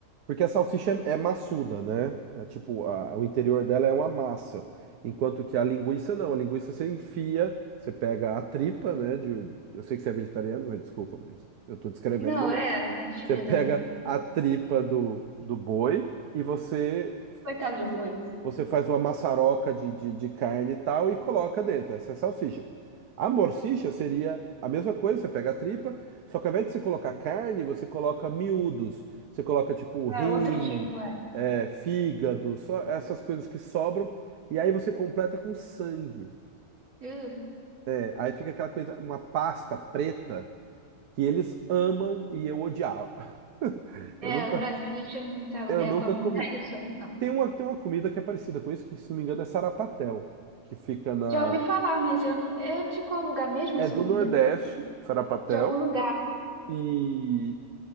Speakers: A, on the right (about 80°); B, on the right (about 65°).
A: porque a salsicha é, é maçuda, né? É tipo, a- o interior dela é uma massa. Enquanto que a linguiça não, a linguiça você enfia, você pega a tripa, né? De, um, eu sei que você é vegetariano, mas desculpa, mas eu tô descrevendo
B: Não,
A: o negócio.
B: é, tá descrevendo.
A: Você pega a tripa do, do boi e você
B: Coitado do boi.
A: você faz uma maçaroca de, de, de carne e tal e coloca dentro. Essa é a salsicha. A morsicha seria a mesma coisa, você pega a tripa, só que ao invés de você colocar carne, você coloca miúdos. Você coloca tipo
B: Ah,
A: rim,
B: outro tipo, é.
A: é, fígado, só essas coisas que sobram. E aí você completa com sangue.
B: Uh,
A: É, aí fica aquela coisa, uma pasta preta que eles amam e eu odiava. <laughs> Eu nunca,
B: é, o Brasil a gente não se adequa
A: eu nunca
B: muito
A: comi.
B: a isso aí, não.
A: Tem uma, tem uma comida que é parecida com isso, que se não me engano é sarapatel, que fica na...
B: Já ouvi falar, mas eu não. É de qual lugar mesmo
A: É
B: essa
A: do
B: comida?
A: Nordeste, sarapatel,
B: De algum lugar.
A: e